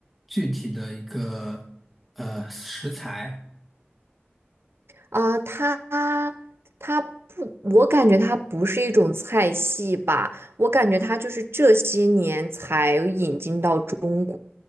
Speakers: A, in the centre; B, on the right (about 70°).
A: 具体的一个呃食材？
B: 啊，它它不，我感觉它不是一种菜系吧，我感觉它就是这些年才引进到中，